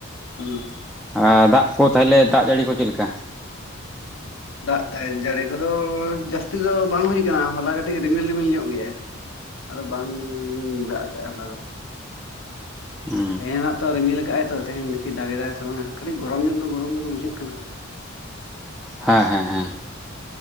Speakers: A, on the left (about 65°); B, in the centre.
A: <unintelligible>
B: ᱟᱨ ᱫᱟᱜ ᱠᱚ ᱛᱟᱦᱚᱞᱮ ᱫᱟᱜ ᱡᱟᱹᱲᱤ ᱠᱚ ᱪᱮᱫ ᱞᱮᱠᱟ?
A: ᱫᱟᱜ ᱫᱟᱭ ᱡᱟᱹᱲᱤ ᱠᱚᱫᱚ ᱡᱟᱹᱥᱛᱤ ᱫᱚ ᱵᱟᱝ ᱦᱩᱭ ᱟᱠᱟᱱᱟ ᱦᱚᱞᱟ ᱠᱟᱹᱴᱤᱡ ᱨᱤᱢᱤᱞ ᱨᱤᱢᱤᱞ ᱧᱚᱜ ᱜᱮᱭᱟ ᱟᱫᱚ ᱵᱟᱝ ᱫᱟᱜ ᱟᱠᱟᱫᱼᱟᱭ ᱦᱚᱞᱟ ᱫᱚ,
B: ᱦᱩᱸ,
A: ᱛᱮᱦᱮᱧ ᱱᱟᱜ ᱛᱚ ᱨᱢᱤᱞ ᱠᱟᱜᱟᱭ ᱛᱚ ᱛᱮᱦᱮᱧ ᱫᱮᱠᱷᱤ ᱫᱟᱜᱮᱫ ᱫᱟᱭ ᱥᱮ ᱵᱟᱝᱟ ᱠᱟᱹᱴᱤᱡ ᱜᱚᱨᱚᱢ ᱧᱚᱜ ᱫᱚ ᱜᱚᱨᱚᱢ ᱜᱮ ᱵᱩᱡᱷᱟᱹᱜ ᱠᱟᱱᱟ᱾
B: ᱦᱮᱸ ᱦᱮᱸ ᱦᱮᱸ᱾